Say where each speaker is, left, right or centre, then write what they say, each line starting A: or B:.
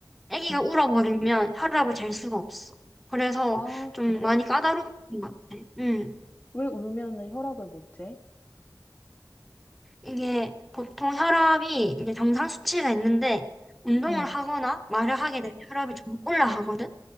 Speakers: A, in the centre; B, on the left.
A: 아기가
B: 음.
A: 울어버리면 혈압을 잴 수가 없어. 그래서
B: 아,
A: 좀
B: 그래?
A: 많이 까다로운 것 같아. 음,
B: 왜 울면은 혈압을 못 재?
A: 이게 보통 혈압이 이제 정상 수치가 있는데 운동을
B: 응.
A: 하거나 말을 하게 되면 혈압이 좀 올라가거든.